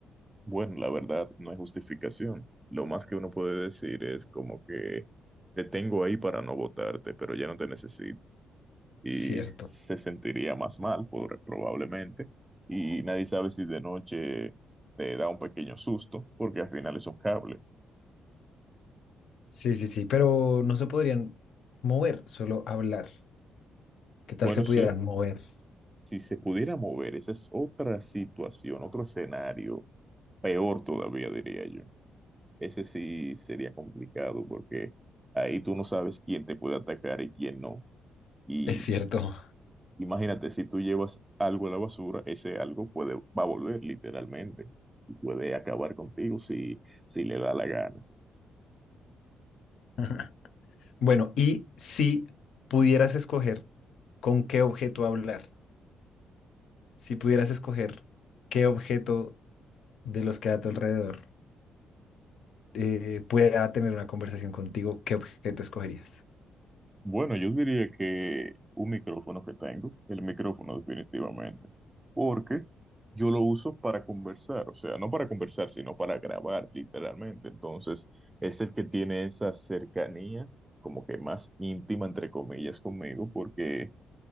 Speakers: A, on the right; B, on the left.
A: Bueno, la verdad no hay justificación. Lo más que uno puede decir es como que te tengo ahí para no votarte, pero ya no te necesito. Y
B: Cierto.
A: se sentiría más mal, por- probablemente. Y nadie sabe si de noche te da un pequeño susto, porque al final es un cable.
B: Sí, sí, sí, pero no se podrían mover, solo hablar. ¿Qué tal
A: Bueno,
B: se pudieran
A: sí,
B: mover?
A: Si se pudiera mover, esa es otra situación, otro escenario, peor todavía diría yo. Ese sí sería complicado porque ahí tú no sabes quién te puede atacar y quién no. Y
B: Es cierto.
A: imagínate, si tú llevas algo a la basura, ese algo puede, va a volver literalmente y puede acabar contigo si, si le da la gana.
B: <laughs> Bueno, y si pudieras escoger con qué objeto hablar, si pudieras escoger qué objeto de los que hay a tu alrededor eh, pueda tener una conversación contigo, ¿qué objeto escogerías?
A: Bueno, yo diría que un micrófono que tengo, el micrófono definitivamente, porque yo lo uso para conversar, o sea, no para conversar, sino para grabar literalmente. Entonces, es el que tiene esa cercanía como que más íntima, entre comillas, conmigo, porque